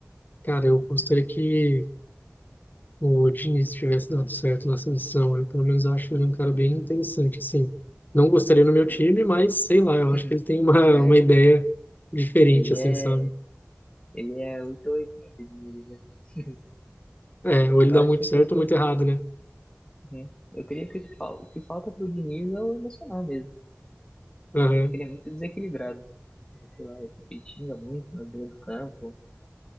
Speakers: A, on the left (about 40°); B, on the left (about 15°).
A: cara, eu gostaria que o Diniz tivesse dado certo na seleção. Eu, pelo menos, acho ele é um cara bem interessante, assim. Não gostaria no
B: Sim.
A: meu time, mas sei lá, eu
B: <laughs>
A: acho que ele tem uma,
B: É,
A: uma ideia diferente,
B: ele
A: assim,
B: é,
A: sabe?
B: ele é oito ou oitenta de Diniz, né? <laughs>
A: É, ou ele
B: Eu
A: dá
B: acho
A: muito
B: que
A: certo
B: o que,
A: ou muito errado, né?
B: uhum. eu queria que fal- o que falta pro Diniz é o emocional mesmo.
A: Aham.
B: Acho que ele é muito desequilibrado. Sei lá, ele xinga muito na beira do campo,